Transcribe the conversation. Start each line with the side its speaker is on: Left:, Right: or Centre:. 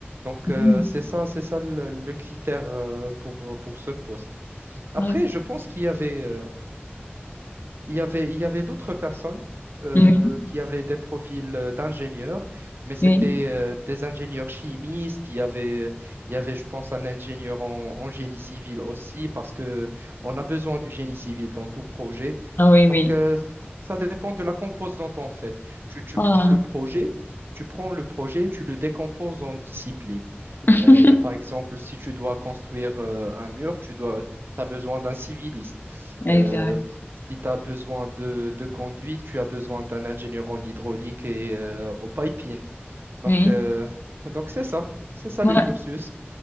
Right: Donc,
Left: Mhm.
Right: euh, c'est ça, c'est ça le, le critère euh, pour, pour ce poste. Après,
Left: Ah,
Right: je pense qu'il y avait, euh, il y avait, il y avait d'autres personnes euh,
Left: Oui,
Right: qui avaient des profils euh, d'ingénieurs, mais c'était
Left: oui,
Right: euh, des ingénieurs chimistes. Il y avait, il y avait, je pense, un ingénieur en, en génie civil aussi, parce que on a besoin du génie civil dans tout projet.
Left: ah oui,
Right: Donc,
Left: oui.
Right: euh, ça dépend de la composante, en fait. Tu, tu
Left: Ah,
Right: prends le projet, tu prends le projet, tu le décomposes en disciplines.
Left: <laughs>
Right: Euh, par exemple, si tu dois construire euh, un mur, tu dois, as besoin d'un civiliste.
Left: exact.
Right: Euh, si tu as besoin de, de conduite, tu as besoin d'un ingénieur en hydraulique et euh, au piping. Donc,
Left: Oui.
Right: euh, <laughs> donc c'est ça. C'est ça
Left: Moi,
Right: le cursus.